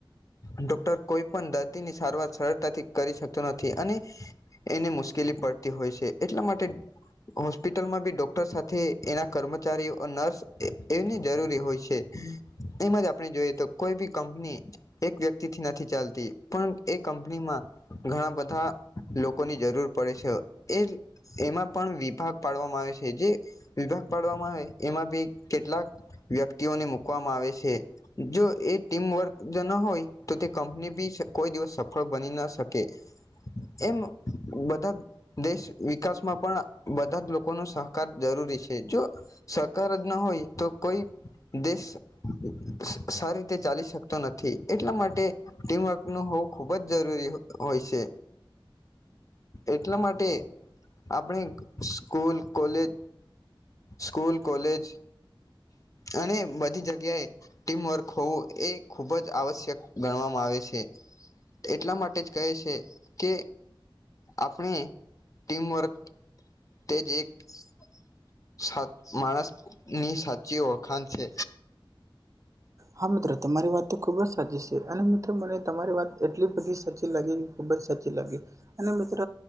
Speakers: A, on the left; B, on the right.
A: ડોક્ટર કોઈ પન દર્દીની સારવાર સરળતાથી કરી શકતો નથી અને એને મુશ્કેલી પડતી હોય છે, એટલા માટે હોસ્પિટલમાં બી ડોક્ટર સાથે એના કર્મચારીઓ નર્સ એ એની જરૂરી હોય છે, એમ જ આપણે જોઈએ તો કોઈ બી કંપની એક વ્યક્તિથી નથી ચાલતી પણ એ કંપનીમાં. ઘણા બધા લોકોની જરૂર પડે છે. એ એમાં પણ વિભાગ પાડવામાં આવે છે જે વિભાગ પાડવામાં આવે એમાં બી. કેટલાક વ્યક્તિઓને મૂકવામાં આવે છે. જો એ ટીમવર્ક જો ના હોય તો તે કંપની બી કોઈ દિવસ સફળ બની ના શકે. એમ બધા. દેશ વિકાસમાં પણ બધા જ લોકો ન સહકાર જરૂરી છે જો સહકાર જ. ન તો કોઈ દેશ. <unintelligible> સાઅંરી રીતે ચાલી શકતો નથી એટલા માટે. ટીમવર્કનું હોવું ખૂબ જ જરૂરી હોય છે. એટલા માટે આપણે. School college school college. અને બધી જગ્યાએ. ટીમવર્ક હોવું એ ખૂબ જ આવશ્યક ગણવામાં આવે છે. એટલા માટે જ કહે છે કે. આપણે ટીમવર્ક તેજ એક. <unintelligible> માણસ ની સાચી ઓળખાણ છે.
B: હા મિત્રો તમારી વાત તો ખૂબ જ સાચી છે અને મિત્રો મને તમારી વાત એટલી બધી સાચી લાગેલી. ખુબ જ સાચી લાગી અને મિત્ર